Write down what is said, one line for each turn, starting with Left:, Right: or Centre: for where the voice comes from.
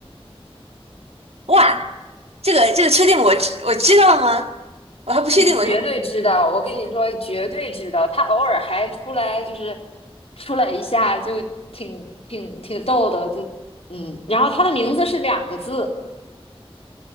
Right: 哇，这个这个确定我知我知道吗？我还不确定我，
Left: 你绝对知道，我跟你说，绝对知道。他偶尔还出来，就是出来一下，就挺挺挺逗的，就嗯。然后他的名字是两个字，